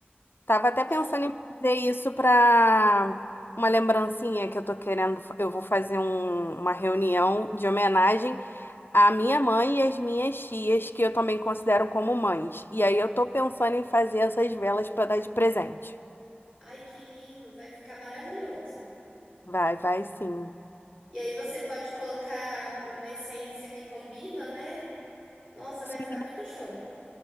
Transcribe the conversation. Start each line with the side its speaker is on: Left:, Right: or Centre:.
Left: Tava até
Right: Nossa,
Left: pensando em fazer isso pra uma lembrancinha que eu tô querendo. fa- Eu vou fazer um- uma reunião de homenagem A minha mãe e as minhas tias, que eu também considero como mães. E aí eu tô pensando em fazer essas velas pra dar de presente.
Right: ai, que lindo. Vai ficar maravilhoso.
Left: Vai, vai sim.
Right: E aí você pode colocar uma essência que combina, né? Nossa,
Left: Sim.
Right: vai ficar muito show.